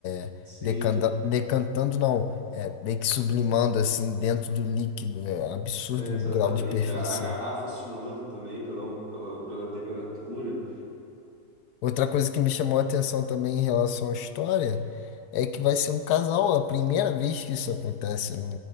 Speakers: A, on the left; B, on the right.
A: É,
B: Sim,
A: decanta- decantando, não, é, meio que sublimando assim dentro do líquido. né, É um absurdo
B: é, exatamente.
A: o grau de perfeição.
B: A, a garrafa suando também pela, pela, pela temperatura.
A: Outra coisa que me chamou a atenção também em relação à história é que vai ser um casal, é a primeira vez que isso acontece no,